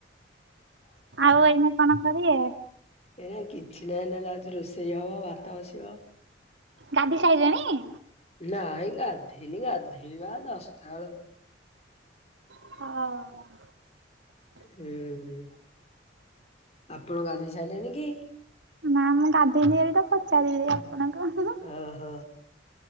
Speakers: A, on the right; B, on the left.
A: ଆଉ ଏଇନା କଣ କରିବ?
B: ଏଇନା କିଛି ନାହିଁ ଏନାକେ ଆଜି ରୋଷେଇ ହବ ଭାତ ବସିବ।
A: ଗାଧେଇ ସାଇଲେଣି?
B: ନାଇଁ ଗାଧେଇନି ଗାଧେଇବା ଦଶଟା ବେଳକୁ।
A: ହଁ।
B: ହୁଁ ହୁଁ ଆପଣ ଗାଧୋଇ ସାଇଲେଣି କି?
A: ନା ମୁଁ ଗାଧେଇନି ବୋଲିତ ପଚାରିଲେ ଆପଣଙ୍କୁ ହୁଁ ହୁଁ।
B: ଓହୋ